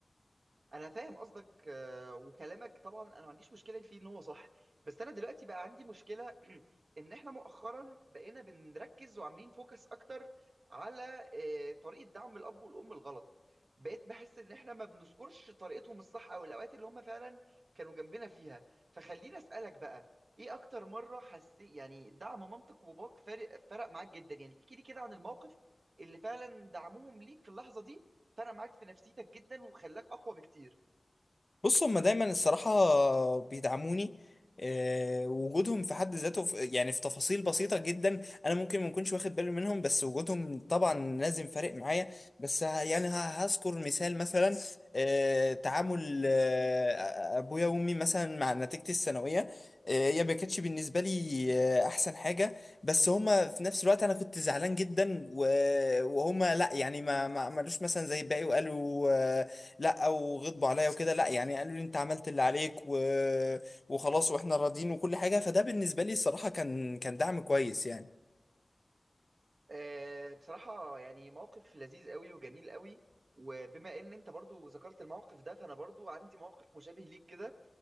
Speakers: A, on the right (about 85°); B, on the left (about 40°).
A: انا فاهم قصدك آه، وكلامك طبعا انا ما عنديش مشكله فيه ان هو صح بس انا دلوقتي بقى عندي مشكله <clears throat> ان احنا مؤخرا بقينا بنركز وعاملين فوكس اكتر على آه، طريقه دعم الاب والام الغلط بقيت بحس ان احنا ما بنذكرش طريقتهم الصح او الاوقات اللي هم فعلا كانوا جنبنا فيها فخليني اسالك بقى ايه اكتر مره حسيت يعني دعم مامتك وباباك فرق فرق معاك جدا يعني احكي لي كده عن الموقف اللي فعلا دعمهم ليك في اللحظه دي فرق معاك في نفسيتك جدا وخلاك اقوى بكتير
B: بص هما دايما الصراحة بيدعموني آه، وجودهم في حد ذاته في يعني في تفاصيل بسيطة جدا أنا ممكن ما أكونش واخد بالي منهم بس وجودهم طبعا لازم فارق معايا بس ه- يعني ه- هذكر مثال مثلا آه، تعامل آه، أبويا وأمي مثلا مع نتيجتي الثانوية آه، هي ما كانتش بالنسبة لي آه، أحسن حاجة بس هما في نفس الوقت أنا كنت زعلان جدا و- وهما لأ يعني ما ما عملوش مثلا زي الباقي وقالوا آه، لا او غضبوا عليا وكده لا يعني قالوا لي انت عملت اللي عليك و... وخلاص واحنا راضيين وكل حاجه فده بالنسبه لي الصراحه كان كان دعم كويس يعني
A: آه، بصراحة يعني موقف لذيذ قوي وجميل قوي وبما ان انت برضو ذكرت الموقف ده فانا برضو عندي موقف مشابه ليك كده